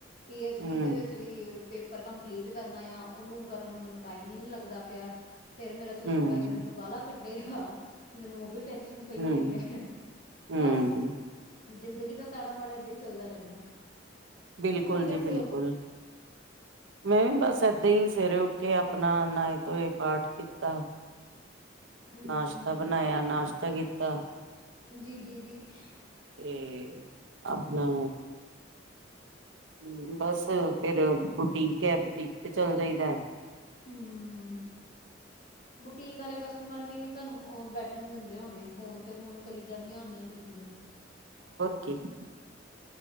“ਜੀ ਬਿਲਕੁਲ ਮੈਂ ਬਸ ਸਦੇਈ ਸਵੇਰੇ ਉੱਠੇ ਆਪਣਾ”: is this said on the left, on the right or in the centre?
Right